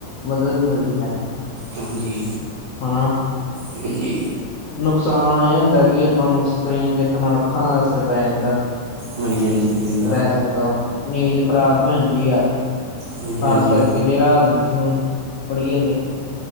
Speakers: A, on the left; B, on the right.
A: ਮਦਦ ਮਿਲਦੀ ਹੈ।
B: ਹਾਂਜੀ।
A: ਹਨਾ।
B: ਹਾਂਜੀ।
A: ਨੁਕਸਾਨ ਇਹ ਹੁੰਦਾ ਕਿ ਆਪਾਂ ਨੂੰ ਸਕਰੀਨ ਦੇਖਨ ਨਾਲ ਅੱਖਾਂ ਦਾ ਅਸਰ ਪੈ ਜਾਂਦਾ।
B: ਹਾਂਜੀ-ਹਾਂਜੀ।
A: ਪੈ ਸਕਦਾ ਹੋ ਨੀਂਦ ਖ਼ਰਾਬ ਹੋ ਜਾਂਦੀ ਆ ਖ਼ਾਸ
B: ਹਾਂਜੀ ਹਾਂਜੀ
A: ਕਰਕੇ। ਜੇ ਰਾਤ ਨੂੰ ਫੋਨ ਫੜੀਏ ਤੇ।